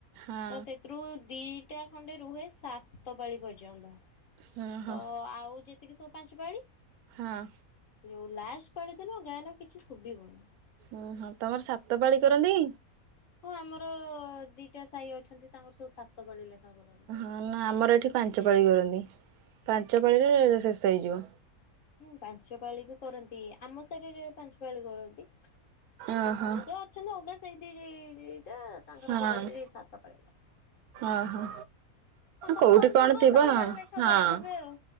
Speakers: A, on the right; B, on the left.
A: ହଁ
B: ତ ସେଥିରୁ ଦିଟା ଖଣ୍ଡେ ରୁହେ ସାତ ପାଳି ପର୍ଯ୍ୟନ୍ତ।
A: ହଁ ହଁ
B: ତ ଆଉ ଯେତିକି ସବୁ ପାଞ୍ଚ ପାଳି।
A: ହଁ।
B: ଯୋଉ ଲାଷ୍ଟ ପାଳି ଦିନ ଗାଁଟା କିଛି ଶୁଭିବନି।
A: ଉଁ ହଁ ତମର ସାତ ପାଳି କରନ୍ତି।
B: ହଁ ଆମର ଦିଟା ସାହି ଅଛନ୍ତି ତାଙ୍କର ସବୁ ସାତ ପାଳି ଲେଖା କରନ୍ତି।
A: ହଁ ନା ଆମର ଏଠି ପାଞ୍ଚ ପାାଳି କରନ୍ତି ପାଞ୍ଚ ପାାଳିରେ ଶେଷ ହେଇଯିବ।
B: ହୁଁ ପାଞ୍ଚ ପାାଳି ବି କରନ୍ତି ଆମ ଶାହିରେ ରେ ପାଞ୍ଚ ପାଳି କରନ୍ତି ଆଉ
A: ଓହୋ
B: ସେ ଛନ୍ତି ଅଗା ସାଇ <unintelligible> ଟା ତାଙ୍କର
A: ହଁ
B: କରନ୍ତି ସାତ ପାଳି ଲେଖା।
A: ଓହୋ
B: ତାଙ୍କର
A: କୋଉଠି
B: କଣ ଥିବ ସାତ
A: ହଁ
B: ପାଳି ଲେଖା
A: ହଁ
B: କରୁଥିବେ ଆଉ।